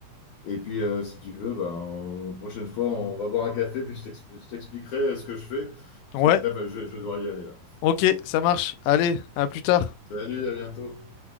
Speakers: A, on the left; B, on the left.
A: et puis, euh, si tu veux, bah, on- prochaine fois, on va boire un café, puis je t'expl- je t'expliquerai ce que je fais, parce
B: Ouais,
A: que là, bah, je, je dois y aller là.
B: ok, ça marche. Allez, à plus tard.
A: Salut, à bientôt.